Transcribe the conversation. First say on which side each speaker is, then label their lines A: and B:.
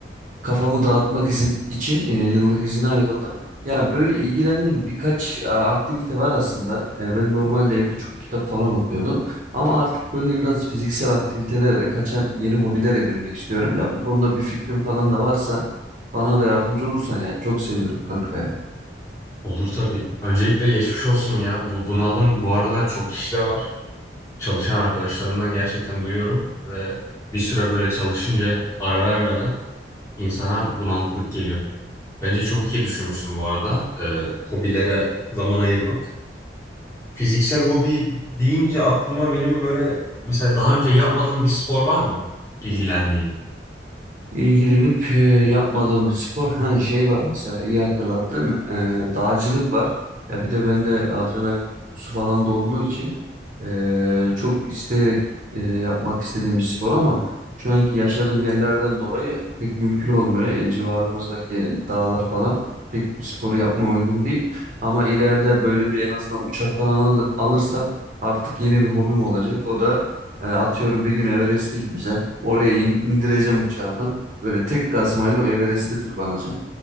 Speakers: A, on the right (about 45°); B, on the left (about 15°).
A: Kafamı dağıtmak izin, için e, yıllık izine ayrıldım. Ya böyle ilgilendiğim birkaç e, aktivite var aslında. E, ben normalde evde çok kitap falan okuyordum. Ama artık böyle biraz fiziksel aktivitelere kaçan yeni hobiler edinmek istiyorum. Ya bu konuda bir fikrin falan da varsa bana da yardımcı olursan ya çok sevinirim kanka ya.
B: Olur tabii. Öncelikle geçmiş olsun ya. Bu bunalım bu aralar çok kişide var. Çalışan arkadaşlarımdan gerçekten duyuyorum ve bir süre böyle çalışınca ara vermeden insana bunalıklık geliyor. Bence çok iyi düşünmüşsün bu arada. Ee, hobilere zaman ayırmak. Fiziksel hobi deyince aklıma benim böyle mesela daha önce yapmadığım bir spor var mı? İlgilendiğin.
A: İlgilenip e, yapmadığım bir spor ha şey var mesela iyi hatırlattım E, dağcılık var ya bir de bende adrenalin tutkusu falan da olduğu için e, çok isteyerek e, yapmak istediğim bir spor ama şu anki yaşadığım yerlerden dolayı pek mümkün olmuyor E, civarımızdaki dağlar falan pek bu sporu yapmaya uygun değil ama ileride böyle bir en azından uçak falan al- alırsam artık yeni bir hobim olacak o da e, atıyorum bir gün Everest'e gideceğim oraya in- indireceğim uçağımı Böyle tek kazmayla Everest'i tırmanacaksın.